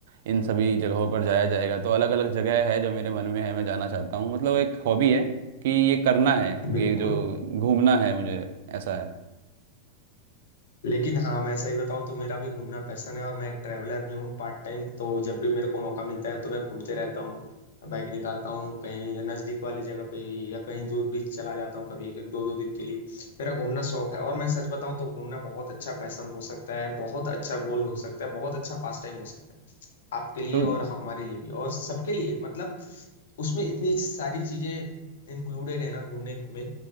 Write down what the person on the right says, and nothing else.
इन सभी जगहों पर जाया जाएगा तो अलग अलग जगह है जो मेरे मन में है मैं जाना चाहता हूँ मतलब एक हॉबी है कि ये करना है
ये जो घूमना है मुझे ऐसा है
तो